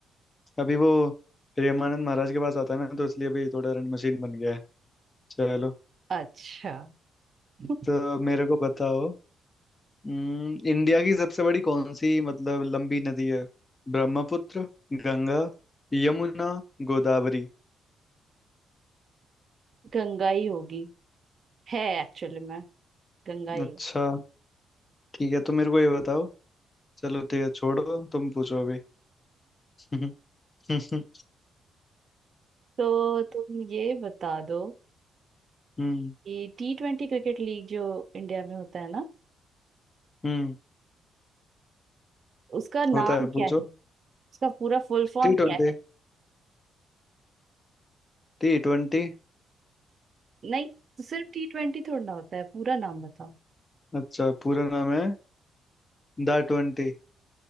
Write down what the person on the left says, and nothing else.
अभी वो प्रेमानंद महाराज के पास आता है ना तो इसलिए अभी थोड़ा रन मशीन बन गया है चलो
तो मेरे को बताओ हम्म, इंडिया की सबसे बड़ी कौन सी मतलब लंबी नदी है ब्रह्मपुत्र गंगा यमुना गोदावरी
अच्छा
ठीक है तो मेरे को ये बताओ चलो ठीक है छोड़ो तुम पूछो अभी <laughs> हम्म हम्म
हम्म हम्म,
हम्म,
होता है पूछो
T twenty
T twenty
अच्छा पूरा नाम है द ट्वेंटी